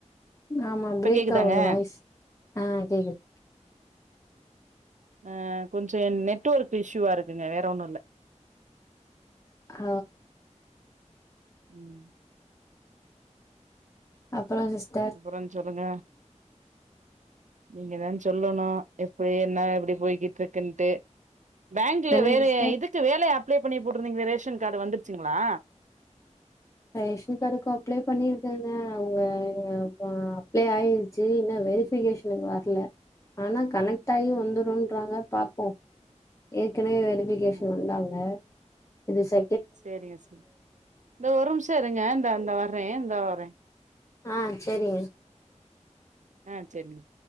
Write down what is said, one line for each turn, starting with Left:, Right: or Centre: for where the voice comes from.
Left: ஆமா
Right: இப்ப
Left: பிரேக்
Right: கேக்குதாங்க
Left: ஆவுது வாய்ஸ் ஆ கேக்குது
Right: ஆ கொஞ்சோ நெட்ஒர்க் இஷ்யூவா இருக்குங்க வேற ஒண்ணு இல்ல
Left: ஆ
Right: ம்
Left: அப்பறோ சிஸ்டர்
Right: ப்பறோ சொல்லுங்க நீங்கதா சொல்லணு எப்ப என்ன எப்டி போய்கிட்ருக்குன்ட்டு பேங்க்ல
Left: என்னங்க
Right: வேற
Left: சிஸ்டர்
Right: இதுக்கு வேலைய அப்ளே பண்ணி போட்ருந்தீங்களே ரேஷன் கார்டு வந்துருச்சுங்ளா
Left: ரேஷன் கார்டுக்கு அப்ளே பண்ணீர்க்கேங்க அவுங்க எங்க ப அப்ளே ஆயி ச்சி இன்ன வெரிஃபிகேஷனுக்கு வர்ல ஆனா கனெக்ட் ஆயி வந்துரும்றாங்க பாப்போ ஏற்கனவே வெரி ஃபிகேசன்
Right: ம்
Left: வந்தாங்க இது செ
Right: சேரிங்க செரி இந்த ஒரு நிம்ஷ இருங்க இந்தா இந்தா வர்றே இந்தா வரே
Left: ஆ செரிங்க
Right: ஆ செரிங்க